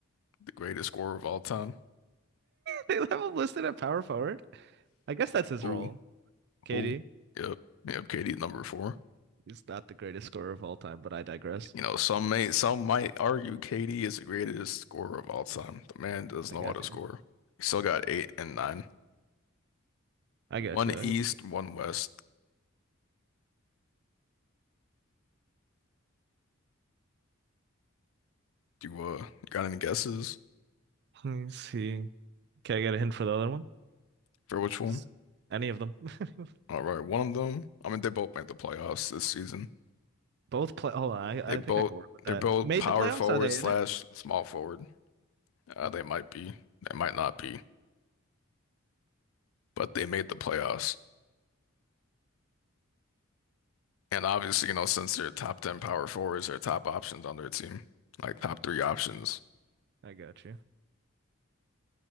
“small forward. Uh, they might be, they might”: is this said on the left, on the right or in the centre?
Left